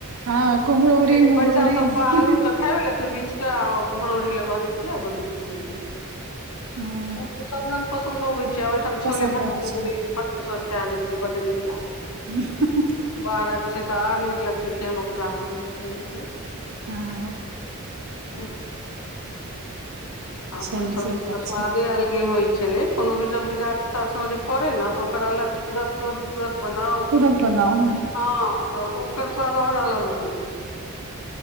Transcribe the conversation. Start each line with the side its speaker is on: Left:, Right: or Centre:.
Right: हँ कुमरौरी
Left: लेकिन
Right: मुरौरी
Left: बच्चा सबके
Right: ही
Left: आलू तऽ खाइब त बीच क आ कुमरो उरी लऽ कहत किया दो दै छै
Right: हँ
Left: सब के सब रंग पसन्द अबै छै आ ओहिठाम छोले
Right: पसन्द
Left: भट्ट
Right: अबै
Left: तऽ
Right: छै
Left: सब खा जेतै बड्ड नीक लाग
Right: <unintelligible>
Left: बाहरक छै तऽ आर नीक लगतै केहनो खराब बनेल केने होय
Right: हँ
Left: <unintelligible> आ अपन
Right: सही
Left: सबदिस
Right: सही बात
Left: त स्वादे
Right: छै
Left: अलगे होइ छलै कोनो भी सब्जी गाछ तऽ सं जे फड़ै न तऽ ओकरा अलग तुरत तोड़ू तुरत बनाउ
Right: तुरंत बनाउ
Left: हं तऽ ओकर स्वाद आऔर अलग होय